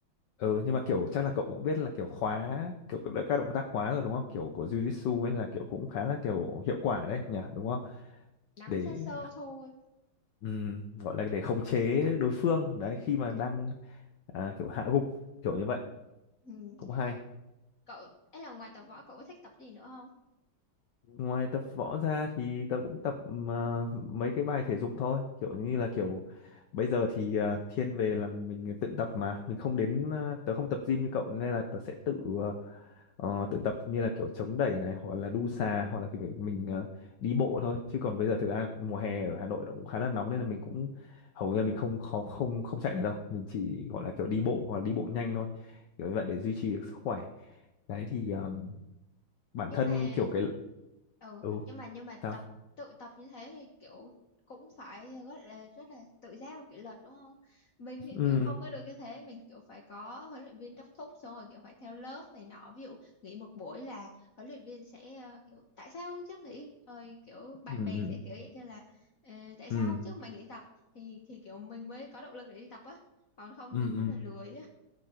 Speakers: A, on the left (about 65°); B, on the left (about 45°).
A: ừ nhưng mà kiểu chắc là cậu cũng biết là kiểu khóa kiểu các động tác khóa rồi đúng không kiểu của Jiu-Jitsu ấy là kiểu cũng khá là kiểu hiệu quả đấy nhỉ đúng không
B: nắm
A: để
B: sơ sơ thôi
A: ừm, gọi là để khống chế đối phương đấy khi mà đang à, kiểu hạ gục kiểu như vậy
B: ừ.
A: cũng hay
B: cậu ấy là ngoài tập võ cậu có thích tập gì nữa không
A: ngoài tập võ ra thì tớ cũng tập ờ, mấy cái bài thể dục thôi kiểu như là kiểu bây giờ thì ờ, thiên về là mình tự tập mà mình không đến ờ, tớ không tập gym như cậu nên là tớ sẽ tự ờ, ờ, tự tập như là kiểu chống đẩy này hoặc là đu xà hoặc là kiểu mình ờ, đi bộ thôi chứ còn bây giờ thực ra mùa hè ở Hà Nội nó cũng khá là nóng nên là mình cũng hầu như là mình không không không không chạy được đâu mình chỉ gọi là kiểu đi bộ hoặc là đi bộ nhanh thôi kiểu như vậy để duy trì được sức khỏe đấy thì ờ, bản
B: nhưng
A: thân
B: mà
A: kiểu cái
B: ừ
A: ừ
B: nhưng mà nhưng mà
A: sao
B: tập tự tập như thế thì kiểu cũng phải rất là rất là tự giác và kỷ luật đúng không mình thì
A: ừ
B: kiểu không có được như thế mình kiểu phải có huấn luyện viên đốc thúc xong rồi kiểu phải theo lớp này nọ ví dụ nghỉ một buổi là huấn luyện viên sẽ ờ, kiểu tại sao hôm trước nghỉ rồi kiểu bạn
A: ừ ừ
B: bè sẽ kiểu vậy kia là "Ờ, tại
A: ừ
B: sao hôm trước mày nghỉ tập thì thì kiểu mình mới có động lực để đi tập á còn không
A: ừ
B: mình rất
A: ừ.
B: là lười